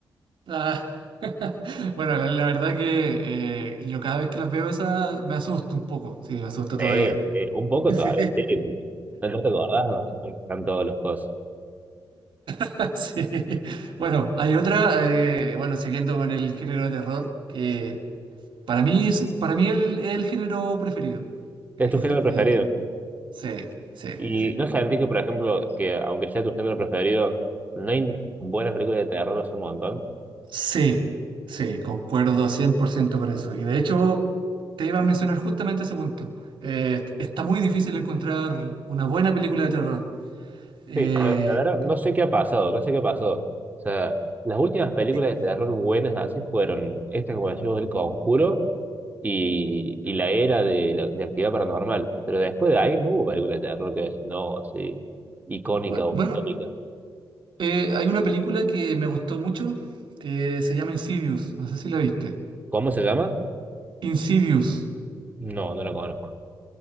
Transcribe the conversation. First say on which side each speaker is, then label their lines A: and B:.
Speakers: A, on the right (about 75°); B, on the right (about 20°).
A: Ah, <laughs> Bueno, la, la verdad que eh, yo cada vez que las veo esas me asusto un poco. Sí, me asusto todavía.
B: Sí,
A: <laughs>
B: sí, un poco
A: Sí.
B: todavía, sí, porque no te acordás, no, no están todos los cosas.
A: <laughs> Sí. Bueno, hay otra, eh, bueno, siguiendo con el género de terror, que para mí es, para mí el, el género preferido. Eh,
B: Es tu género preferido.
A: eh, sí, sí,
B: Y
A: sí.
B: no sentís que, por ejemplo, que aunque sea tu género preferido, no hay buenas películas de terror hace un montón.
A: Sí, sí, concuerdo 100% con eso. Y de hecho, te iba a mencionar justamente ese punto. Eh, está muy difícil encontrar una buena película de terror. Eh,
B: Sí, la, la verdad, no sé qué ha pasado, no sé qué ha pasado. O sea, las últimas películas
A: eh,
B: de terror buenas así fueron esta, como decimos, El Conjuro y, y la era de, la, de actividad paranormal. Pero después de ahí no hubo película de terror que decir, no, sí, icónica
A: bu-
B: o
A: bueno,
B: histórica.
A: eh, hay una película que me gustó mucho que se llama Insidious. No sé si la viste.
B: ¿Cómo se llama?
A: Insidious.
B: No, no la conozco.